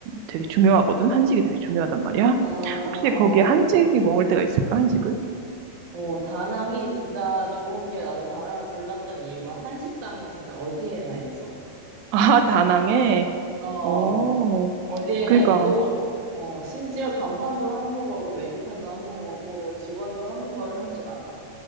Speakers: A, on the right; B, on the right.
A: 되게 중요하거든? 한식이 되게 중요하단 말이야?
B: 아,
A: 혹시
B: 어어.
A: 거기에 한식이 먹을 때가 있을까? 한식을?
B: 어, 어, 다낭이 진짜 좋은 게 나도 다낭을 골랐던 이유가 한식당이 진짜 어디에나 있어.
A: 아, 다낭에?
B: 어,
A: 오,
B: 어디에나
A: 그니까.
B: 있고, 어, 심지어 간판도 한국어고, 메뉴판도 한국어고, 직원도 한국어를 할 줄 알아.